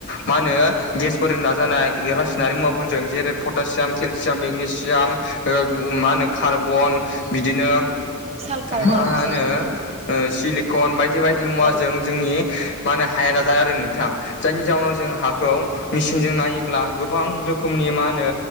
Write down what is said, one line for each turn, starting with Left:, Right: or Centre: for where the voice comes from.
Left: मा होनो गेसफोरजों दाजानाय रासायनारि मुवाफोरफोर जों जेरै पटासियाम केलसियाम मेगनेसियाम ओ मा होनो कार्बन बिदिनो
Right: सालफार
Left: मा
Right: डाइ अक्साइड
Left: होनो
Right: ना
Left: ओ
Right: मा होनो
Left: सिलिकन बायदि बायदि
Right: नोंथां
Left: मुवाजों
Right: औ
Left: जोंनि मा होनो हाया ना जाया आरो नोंथां जायनि जाहोनाव जों हाखौ मेचिनजों नायोब्ला गोबां रोखोमनि मा होनो